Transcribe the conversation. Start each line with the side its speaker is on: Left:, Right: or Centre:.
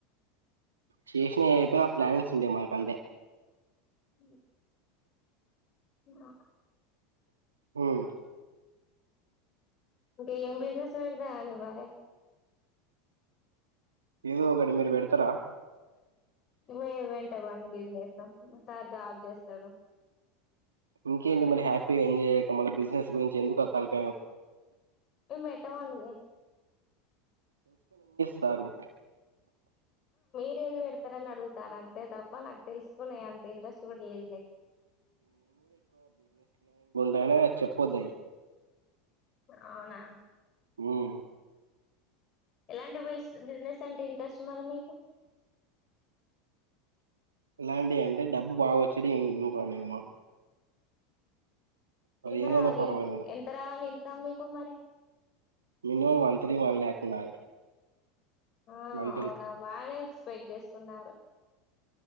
Right: చేసినవి అయిపోయిన ఆప్లానింగ్స్ ఉంటయి మనకంతే.
Left: ఉ హ
Right: ఉమ్
Left: ఇంక ఏం బిజినెస్ పెడతా అండి మరి?
Right: ఏదో ఒకటి మీరు పెడతారా
Left: ఇంగ వెంట బన్ బిజినెస్సు మా సార్ జాబ్ చేస్తడు.
Right: ఇంకేంటి మరి హ్యాపీగా ఎంజాయ్ చేయక మళ్ళ బిజినెస్ గురించి ఎందుకు ఆ తలకాయ నొప్పి?
Left: మేట్టమనున్ని
Right: సారు
Left: ఏది పెడతరని అడుగుతానంతే తప్ప, నాకు తెలుసుకోని అంత ఇంట్రెస్ట్ కూడా లేదు నీకు
Right: నేనే చెప్పోదయి
Left: అవునా
Right: ఉమ్
Left: ఎలాంటి బిస్ బిజినెస్ అంటే ఇంట్రెస్ట్ మరి మీకు?
Right: ఎలాంటి అంటే డబ్బు బాగా వచ్చేటి ఇం ఇంపార్టెంట్ మాకు
Left: ఎంత
Right: ఏదైనా
Left: రావాలి
Right: పర్వాలేదు
Left: ఇంక్ ఎంత రావాలి ఇన్కమ్ మీకు మరి?
Right: మినిమం మంత్లీ వన్ లాక్ ఉండాలి.
Left: ఆ
Right: మంత్లీ
Left: అవునా బానే ఎక్స్పెక్ట్ చేసుకున్నారు.